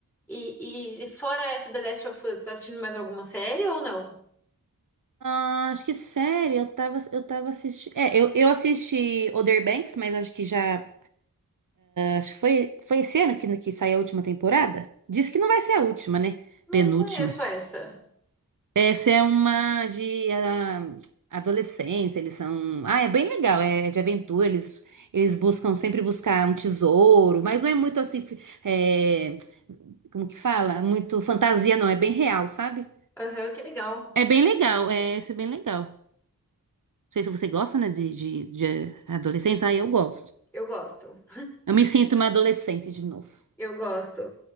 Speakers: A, in the centre; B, on the right (about 55°).
A: E, e fora essa The Last of Us, tá assistindo mais alguma série ou não?
B: Ah, acho que série, eu tava, eu tava assistindo. É, eu, eu assisti Other Banks, mas acho que já. Acho que foi, foi esse ano que, que saiu a última temporada. Diz que não vai ser a última, né?
A: Não
B: Penúltima.
A: conheço essa.
B: Essa é uma de ah, adolescência, eles são. Ah, é bem legal, é de aventura, eles, eles buscam sempre buscar um tesouro, mas não é muito assim. fi- é, Como que fala? Muito fantasia, não, é bem real, sabe?
A: Aham, que legal.
B: É bem legal, é, esse é bem legal. Não sei se você gosta, né, de, de, de adolescência. Ah, eu gosto.
A: Eu gosto.
B: Eu me sinto uma adolescente de novo.
A: Eu gosto.